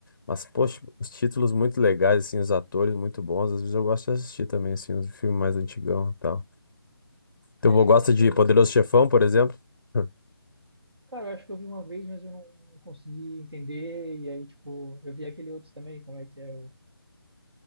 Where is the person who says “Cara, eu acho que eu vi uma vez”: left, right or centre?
Right